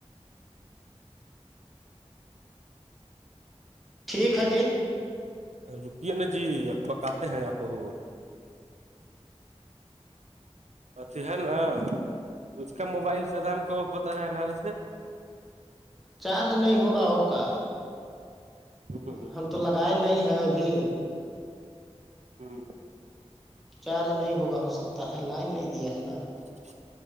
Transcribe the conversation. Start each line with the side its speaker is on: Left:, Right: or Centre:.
Centre: ٹھیک ہے جی
Right: رکیے نا جی بکاتے ہیں آپ بہت اھھی ہے نا اس کا موبائل سدام کا وف بتا رہا ہے انارے سے
Centre: چارج نہیں ہوگا اور کا
Right: ہ
Centre: ہم تو لگائے نہیں ہیں ابھی
Right: ہاں
Centre: چارج نہیں ہوگا ہو سکتا ہے لائن نہیں دیا ہے نا
Right: چ